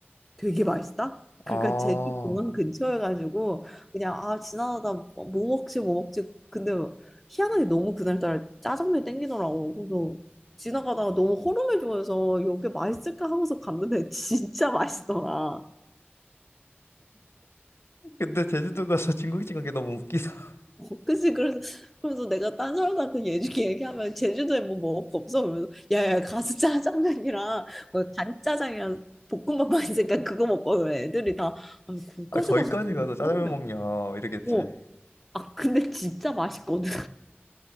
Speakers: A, in the centre; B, on the left.
A: 되게 맛있다? 그러니까
B: 아.
A: 제주 공항 근처여가지고 그냥 아 지나가다 뭐 먹지 뭐 먹지 근데 희한하게 너무 그날따라 짜장면이 땡기더라고 그래서 지나가다가 너무 허름해 보여서 여기 맛있을까 하고서 갔는데 <laughs> 진짜 맛있더라
B: 근데 제주도 가서 중국집 간 게 너무 웃기다.
A: 어, 그치 그래서 그래서 내가 딴 사람한테 얘기 얘기하면 제주도에 뭐 먹을 거 없어 그러면서 야야 가서 짜장면이랑 뭐 간짜장이랑 볶음밥 만 있으니까 그거 먹고 그래. 애들이 다 아니
B: <laughs>
A: 거기까지
B: 아, 거기까지
A: 가서 그거
B: 가서 짜장면
A: 먹냐
B: 먹냐, 이러겠지.
A: 어 아, 근데 진짜 맛있거든.